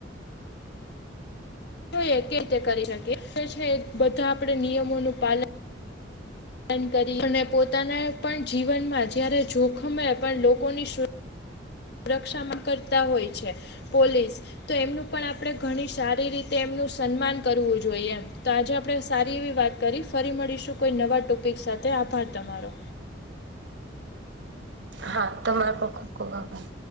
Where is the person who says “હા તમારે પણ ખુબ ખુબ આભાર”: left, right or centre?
Right